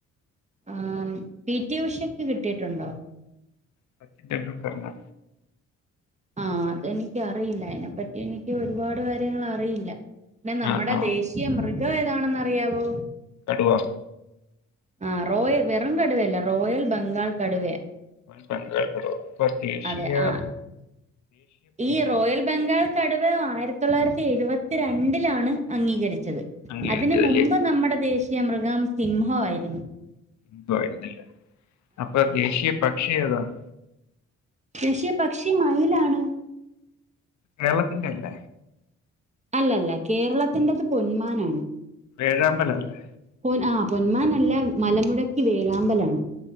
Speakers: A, on the right; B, on the left.
A: ആ പി ടി ഉഷക്ക് കിട്ടിയിട്ടുണ്ടോ?
B: സച്ചിൻ ടെണ്ടുൽക്കറിന്,
A: ആ അതെനിക്ക് അറിയില്ല. അതിനെപ്പറ്റി എനിക്ക് ഒരുപാട് കാര്യങ്ങൾ അറിയില്ല. പിന്നെ നമ്മുടെ
B: ആ ആ
A: ദേശീയ മൃ ഇതോ ഏതാണെന്ന് അറിയാവോ?
B: കടുവ.
A: ആ റോയൽ വെറും കടുവയല്ല റോയൽ ബംഗാൾ കടുവയാ.
B: ബംഗാൾ കടുവ. അപ്പ ദേശിയ
A: അതെ ആ ഈ റോയൽ ബംഗാൾ കടുവ ആയിരത്തി തൊള്ളായിരത്തി എഴുപത്തി രണ്ടിലാണ് അംഗീകരിച്ച -- ച്ചത്.
B: അംഗീകരിച്ചതില്
A: അതിന് മുമ്പ് നമ്മുടെ ദേശി യ മൃഗം സിംഹംആയിരുന്നു.
B: എന്തായിരുന്നില്ല. അപ്പൊ ദേശീയ പക്ഷി ഏതാ? <inaudible>
A: ദേശിയ പക്ഷി മയിലാണ്.
B: കേരളത്തിന്റെ അല്ല.
A: അല്ലല്ല കേരളത്തിന്റെത് പൊന്മാനാണ്.
B: വേഴാമ്പലല്ലേ
A: പൊൻ ആ പൊന്മാ ല്ല മലമുഴക്കി വേഴാമ്പലാണ്